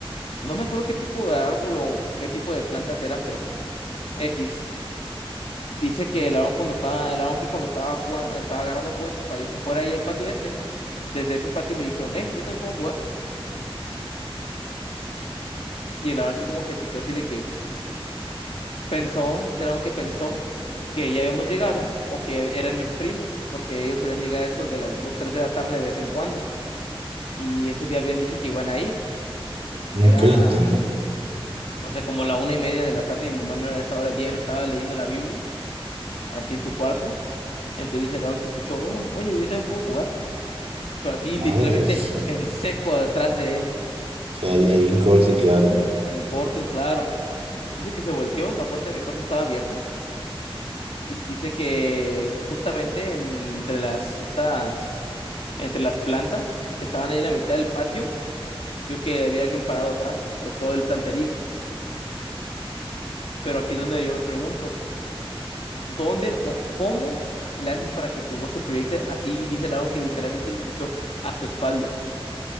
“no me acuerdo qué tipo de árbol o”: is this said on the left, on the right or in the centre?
Left